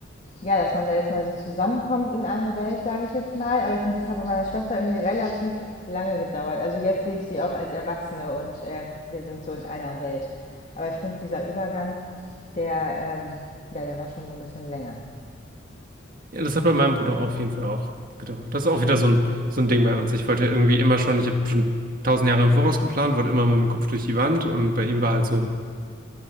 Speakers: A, on the left; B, on the right.
A: ja, dass man da jetzt mal so zusammenkommt in eine Welt, sage ich jetzt mal. Aber ich finde, das hat bei meiner Schwester irgendwie relativ lange gedauert. Also jetzt sehe ich sie auch als Erwachsene und äh, wir sind so in einer Welt. Aber ich finde, dieser Übergang, der, ähm, ja, der war schon so ein bisschen länger.
B: ja, das hat bei meinem Bruder auf jeden Fall auch gedauert. Das ist auch wieder so ein, so ein Ding bei uns. Ich wollte ja irgendwie immer schon, ich habe schon tausend Jahre im Voraus geplant, wurde immer mit dem Kopf durch die Wand und bei ihm war halt so.